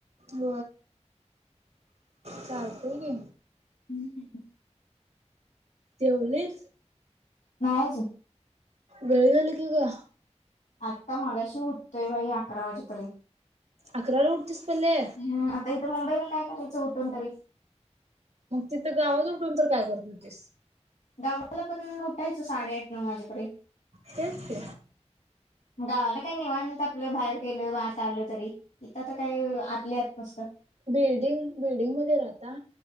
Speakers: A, on the right; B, on the left.
A: व चालतय की
B: हम् ह
A: तेव न
B: नाहीज
A: वेळीदल क का
B: आत्ता मगाशी उठतोय बाई अकरा वाजेपर्यंत
A: अकराला उडतेस पले
B: हम् आता इथं मुंबईला काय करायचं उठून तरी
A: मग तिथं गावात उठून तर काय करत होतीस
B: गावाला पण उठायचं साडेआठ नऊ वाजेपर्यंत
A: तेसचे
B: गावाला काय निवांत आपलं बाहेर गेल वाहत आल तरी इथ तर काही आतले आत नसत
A: बिल्डिंग बिल्डिंग मध्ये राहता